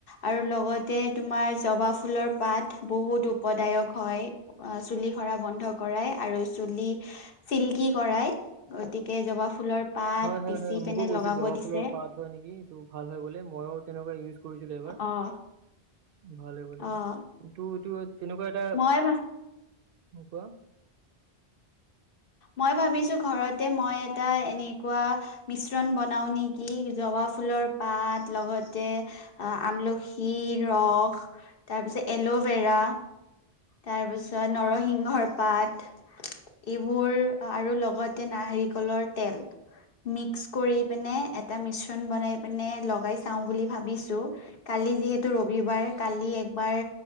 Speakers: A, on the left; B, on the right.
A: আৰু লগতে তোমাৰ জবাব ফুলৰ পাত বহুত উপদায়ক হয়, আ চুলি সৰা বন্ধ কৰাই। আৰু চুলি চিল্কি কৰাই, গতিকে জবাব ফুলৰ পাত
B: হয়, হয়,
A: পিচি
B: হয় মোকো
A: পিনে
B: কৈছিল
A: লগাব
B: জবাব
A: দিছে
B: ফুলৰ পাত হয় নেকি, এইটো ভাল হয় বোলে মইও তেনেকুৱা ইউজ কৰিছিলোঁ এবাৰ।
A: অ',
B: ভাল হয় বোলে,
A: অ',
B: কিন্তু এইটো তেনেকুৱা এটা
A: মই
B: <unintelligible>
A: মই ভাবিছোঁ ঘৰতে মই এটা এনেকুৱা মিশ্ৰণ বনাও নেকি, জবাব ফুলৰ ৰ পাত, লগতে আ-আমলখিৰ ৰস। তাৰপিছত এল'ভেৰা, তাৰ পিছত নৰসিংহৰ পাত, এইব বোৰ, আৰু লগতে নাৰিকলৰ তেল। মিস্ক কৰি পেনে এটা মিশ্ৰণ বনাই পেনে লগাই চাওঁ বুলি ভাবিছোঁ। কালি কালি যিহেতু ৰবিবাৰ, কালি একবাৰ